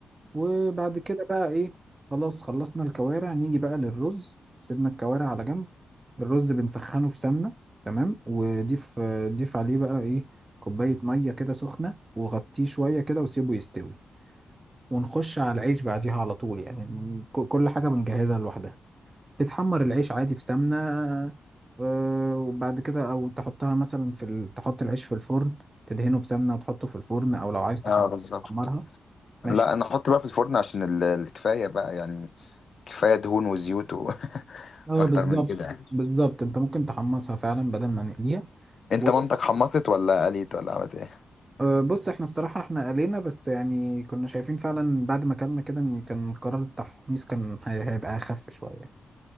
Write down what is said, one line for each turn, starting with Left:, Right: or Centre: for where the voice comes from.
Right: وبعد كده بقى ايه خلاص خلصنا الكوارع نيجي بقى للرز سيبنا الكوارع على جنب الرز بنسخنه في سمنة تمام وضيف ضيف عليه بقى ايه كوباية مية كده سخنة وغطيه شوية كده وسيبه يستوي ونخش على العيش بعديها على طول يعني ك- كل حاجة بنجهزها لوحدها بتحمر العيش عادي في سمنة آه، وبعد كده او تحطها مثلا في ال... تحط العيش في الفرن تدهنه بسمنة وتحطه في الفرن او لو عايز تحمرها
Left: اه بالظبط
Right: ماشي
Left: لا انا احط بقى في الفرن عشان ال- الكفايه بقى يعني كفايه دهون وزيوت و... <laughs>
Right: اه
Left: اكتر
Right: بالظبط
Left: من كده يعني
Right: بالظبط انت ممكن تحمصها فعلا بدل ما نقليها
Left: انت
Right: و-
Left: مامتك حمصت ولا قليت ولا عملت ايه
Right: آه، بص احنا الصراحة احنا قلينا بس يعني كنا شايفين فعلا بعد ما كلنا كده ان كان قرار التحميص كان هي- هيبقى اخف شوية